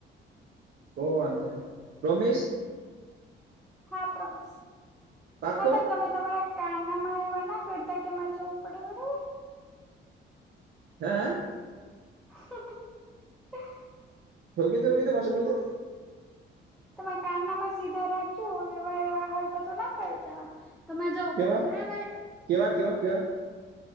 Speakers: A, on the right (about 55°); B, in the centre.
A: તો વાંધો નહી પ્રોમિસ.
B: હા પ્રોમિસ.
A: પાકુ?
B: હા પણ તમે તમારા કાનનામાં એવા ના કરતા કેમારે જવું પડે બરોબર?
A: હે હે?
B: <unintelligible>
A: હૂં કિધું હું કિધુ પાસો બોલતો?
B: તમે કાનનામાં સીધા રાખજો, એવા એવા હરકતો ના કરતા. તોમાંરે જવું
A: કેવા
B: પડે બરાબર?
A: કેવા કેવા કેવા